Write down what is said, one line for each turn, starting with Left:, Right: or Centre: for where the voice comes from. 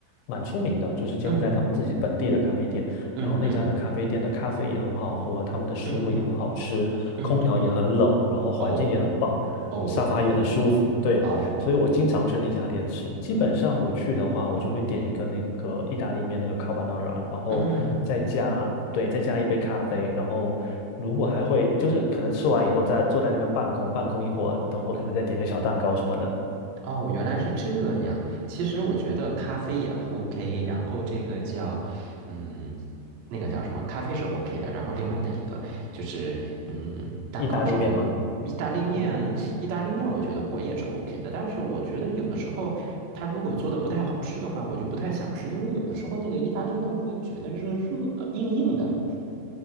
Left: 蛮出名的，就是柬埔寨他们自己本地的咖啡店。
Right: 嗯嗯嗯
Left: 然后那家的咖啡店的咖啡也很好喝，他们的食物也很好吃，
Right: 嗯嗯，
Left: 空调也很冷，然后环境也很棒，
Right: 哦哦
Left: 沙发也很舒服。对，
Right: 哦，
Left: 所以我经常去那家店吃。基本上我去的话，我就会点一个那个意大利面那个 carbonara，然后再加，
Right: 嗯。
Left: 对，再加一杯咖啡，然后如果还会就是可能吃完以后再坐在那边办公，办公一会儿，等会儿可能再点个小蛋糕什么的。
Right: 哦，原来是这样。其实我觉得咖啡也 OK，然后这个叫，嗯，那个叫什么？咖啡是 OK 的，然后另外的一个就是，嗯，蛋糕是
Left: 意大利面吗？
Right: O，意大利面，
Left: 嗯
Right: 意大利面我觉得我也是 OK 的，但是我觉得有的时候它如果做的不太好吃的话，我就不太想吃，因为有的时候那个意大利面会觉得热热，呃硬硬的。